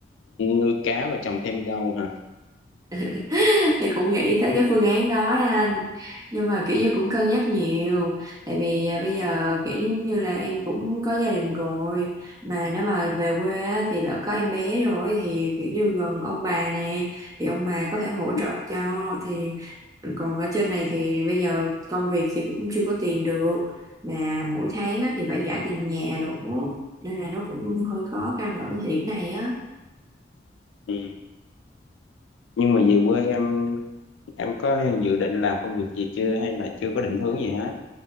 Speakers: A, on the left (about 85°); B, on the right (about 20°).
A: nuôi cá và trồng thêm rau hả
B: <laughs> thì cũng nghĩ tới cái phương án đó đó anh nhưng mà kiểu như cũng cân nhắc nhiều tại vì à, bây giờ kiểu như cũng như là em cũng có gia đình rồi mà nếu mà về quê á, thì lỡ có em bé rồi thì kiểu như gần ông bà nè thì ông bà có thể hỗ
A: ừ.
B: trợ cho thì còn ở trên này thì bây giờ công việc thì cũng chưa có tìm được mà mỗi tháng á, thì phải trả tiền nhà nữa nên là nó cũng hơi khó khăn ở thời điểm này á
A: Ừ. nhưng mà về quê em em có dự định làm công việc gì chưa hay là chưa có định hướng gì hết